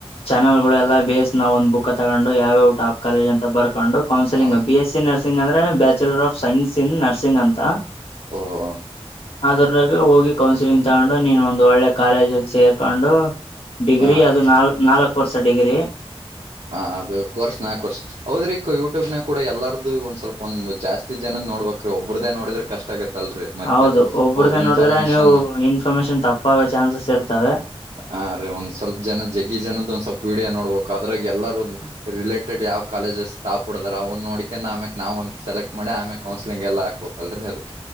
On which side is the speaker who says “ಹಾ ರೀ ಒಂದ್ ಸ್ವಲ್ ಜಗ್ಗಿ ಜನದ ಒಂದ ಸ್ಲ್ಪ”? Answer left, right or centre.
Right